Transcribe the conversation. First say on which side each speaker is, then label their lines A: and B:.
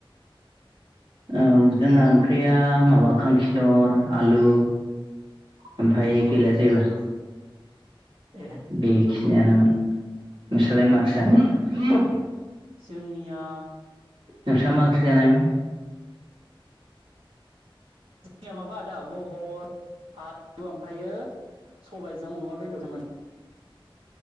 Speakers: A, on the right (about 65°); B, on the right (about 85°).
A: ओम जोंना ओंख्रिया माबा खांखिलर आलु ओमफाय गैला जेबो
B: ए
A: बे <unintelligible> नोंसालाय
B: उम
A: माखि जानाय
B: जोंनिया
A: नोंसा मा ओं जानायमोन? <inaudible>
B: जोंनिया माबा आदा बहल आलु ओमफायो सबायजों अमा बेदरमोन।